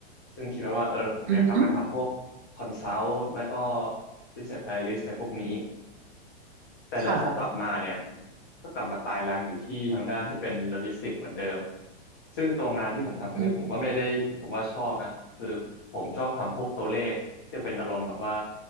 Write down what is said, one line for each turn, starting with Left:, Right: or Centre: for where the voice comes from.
Left: ซึ่งคิดไว้ว่าเออผมอยากกลับมาทำพวกคอนซัลท์ไม่ก็
Right: อืม
Left: business analyst อะไรพวกนี้ แต่แล้วพอกลับมาเนี่ย
Right: ค่ะ
Left: ก็กลับมาตายรังอยู่ที่ทางด้านที่เป็นโลจิสติกส์เหมือนเดิมซึ่งตัวงานที่ผมทำตอนนี้ผมก็ไม่ได้ถึงกับว่าชอบนะคือผมชอบทำพวกตัวเลขที่เป็นอารมณ์แบบว่า
Right: อืม